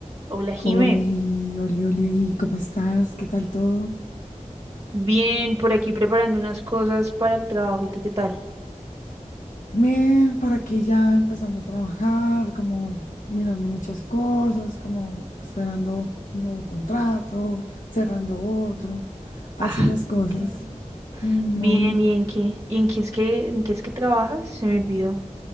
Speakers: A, on the right; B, on the left.
A: Hola, Jime.
B: Oli, Oli, Oli, Oli, ¿cómo estás? ¿Qué tal todo?
A: Bien, por aquí preparando unas cosas para el trabajo. ¿Y tú qué tal?
B: Bien, por aquí ya empezando a trabajar, como mirando muchas cosas, como esperando un nuevo contrato, cerrando otro, así
A: Ah,
B: las cosas,
A: qué
B: mm,
A: bien.
B: movido.
A: ¿Y en qué? ¿Y en qué es que en qué es que trabajas? Se me olvidó.